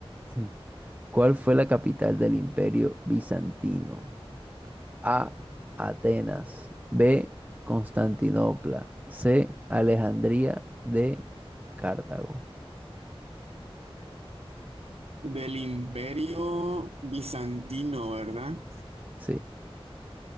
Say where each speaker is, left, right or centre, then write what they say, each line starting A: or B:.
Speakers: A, on the right; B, on the right.
A: <laughs> ¿Cuál fue la capital del Imperio Bizantino? A. Atenas. B. Constantinopla. C. Alejandría. D. Cartago.
B: Del Imperio Bizantino, ¿verdad?
A: Sí.